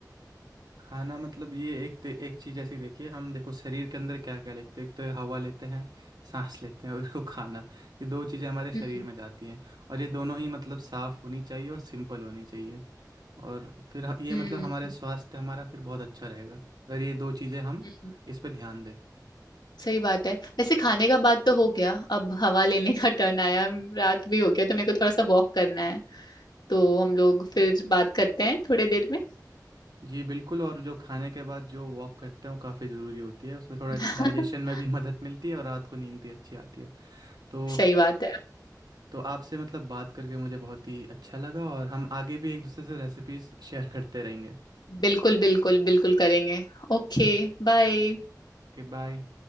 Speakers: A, on the right; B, on the left.
A: खाना मतलब ये एक ते- एक चीज ऐसी देखिए हम देखो शरीर के अंदर क्या क्या लेते हैं एक तो ये हवा लेते हैं सांस लेते हैं और इसको खाना ये दो चीजें हमारे शरीर
B: हम्म
A: में जाती हैं और ये दोनों ही मतलब साफ होनी चाहिए और सिंपल होनी चाहिए और फिर ह- ये
B: हम्म
A: मतलब हमारे स्वास्थ्य हमारा फिर बहुत अच्छा रहेगा अगर ये दो चीजें हम
B: हम्म।
A: इस पे ध्यान दें
B: सही बात है वैसे खाने का बात तो हो गया अब हवा लेने का टर्न आया रात भी हो गया तो मेरे को थोड़ा सा वॉक करना है तो हम लोग फिर बात करते हैं थोड़ी देर में
A: जी बिल्कुल और जो खाने के बाद जो वॉक करते हैं वो काफ़ी ज़रूरी होती है उसमें थोड़ा
B: <laughs>
A: डाइजेशन में भी मदद मिलती है और रात को नींद भी अच्छी आती है तो
B: सही बात है
A: तो आपसे मतलब बात करके मुझे बहुत ही अच्छा लगा और हम आगे भी एक दूसरे से रेसिपीज शेयर करते रहेंगे
B: बिल्कुल बिल्कुल बिल्कुल करेंगे ओके बाय
A: Okay bye